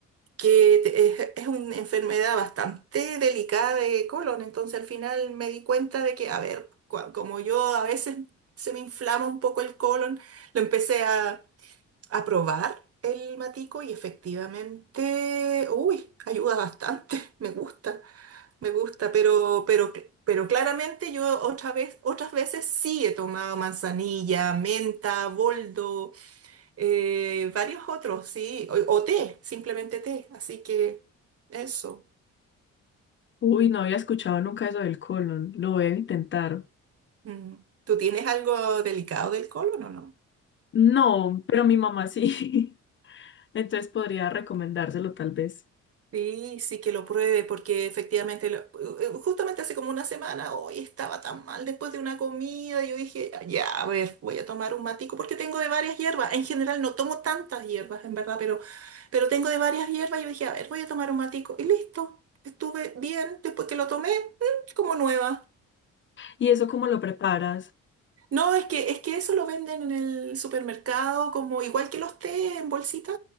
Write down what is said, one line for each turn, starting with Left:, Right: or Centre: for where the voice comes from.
Right: que te- es, es una enfermedad bastante delicada de colon, entonces al final me di cuenta de que, a ver, cua- como yo a veces se me inflama un poco el colon, lo empecé a, a probar el matico y efectivamente, uy, ayuda bastante, <laughs> me gusta, me gusta, pero, pero, cl- pero claramente yo otra vez, otras veces sí he tomado manzanilla, menta, boldo. Eh, varios otros, sí, o, o té, simplemente té, así que eso.
Left: Uy, no había escuchado nunca eso del colon. Lo voy a intentar.
Right: Mm. ¿Tú tienes algo delicado del colon o no?
Left: No, pero mi mamá sí. <laughs> Entonces podría recomendárselo tal vez.
Right: Sí, sí que lo pruebe, porque efectivamente, lo- eh, justamente hace como una semana, hoy estaba tan mal después de una comida, yo dije, ya, a ver, voy a tomar un matico, porque tengo de varias hierbas, en general no tomo tantas hierbas, en verdad, pero, pero tengo de varias hierbas, y yo dije, a ver, voy a tomar un matico, y listo, estuve bien, después que lo tomé, mm, como nueva.
Left: ¿Y eso cómo lo preparas?
Right: No, es que, es que eso lo venden en el supermercado, como igual que los té en bolsita,